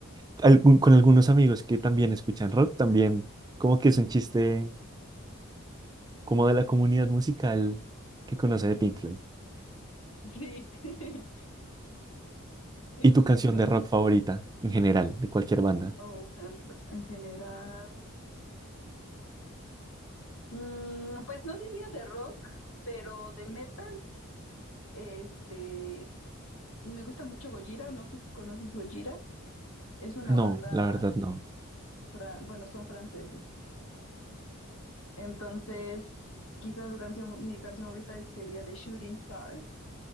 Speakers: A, on the right; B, on the left.
A: algún- con algunos amigos que también escuchan rock, también como que es un chiste como de la comunidad musical que conoce de Pink Floyd.
B: Sí, <laughs> exacto.
A: ¿Y tu canción de rock favorita en general, de cualquier banda?
B: Oh, en, r- en general. Mm, pues no diría de rock, pero de metal. Este, Me gusta mucho Gojira, no sé si conoces Gojira, es una
A: No,
B: banda,
A: la verdad no.
B: fra- bueno, son franceses. Entonces, quizás su canción, mi canción favorita es- sería The Shooting Star.